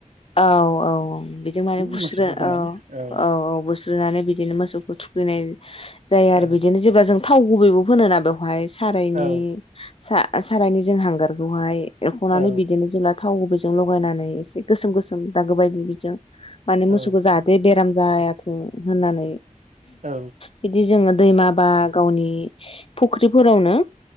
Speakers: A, on the left; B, on the right.
A: औ-औ बिदि माने बुस्रो
B: मोसौखौ होनानै
A: औ-औ
B: औ
A: -औ बुस्रोनानै बिदि बिदिनो मोसौखौ थु थुखैनाय जाया आरो
B: औ
A: बिदिनो जेब्ला जों थाव गुबै होनोना बेवहाय सारायनि
B: औ
A: सा सारायनो जों हांगारखौहाय हनानै
B: औ
A: बिदिनो जेला थाव होफै जों लगायनानै एसे गोसोम-गोसोम दागो बायदि बिजों माने मोसौखौ
B: औ
A: जाहाथे बेराम जायाथों होननानै
B: औ
A: बिदि जोङो दैमा बा गावनि फुख्रिफोरावनो